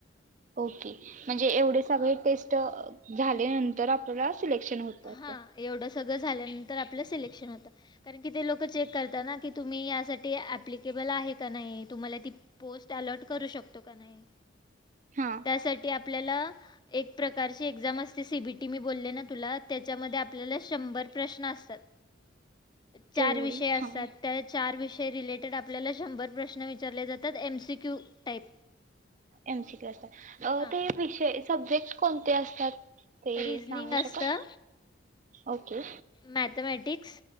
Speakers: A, on the right; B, on the left.
A: ओके म्हणजे एवढे सगळे टेस्ट अं झाल्या नंतर आपल्याला सिलेक्शन होतात
B: हां एवढं सगळं झाल्यानंतर आपलं सिलेक्शन होतं कारण कि ते लोक चेक करताना की तुम्ही यासाठी अप्लिकेबल आहे नाही तुम्हाला ती पोस्ट अलॉट करू शकतो का नाही
A: हा
B: त्यासाठी आप आपल्याला एक प्रकारची एक्झाम असते सीबीटी मी बोलले ना तुला त्याच्यामध्ये आप आपल्याला शंभर प्रश्न असतात चार
A: एवढी
B: विषय असतात
A: हा
B: त्या चार विष रिलेटेड आपल्याला शंभर प्रश्न विचारले जातात एमसीक्यू टाईप
A: एमसीक्यू असतात अ
B: हां
A: ते विषय सब्जेक्ट कोणते असतात ते
B: रिजनिंग
A: सांगू
B: असतं
A: शकाल? ओके!
B: मॅथमॅटिक्स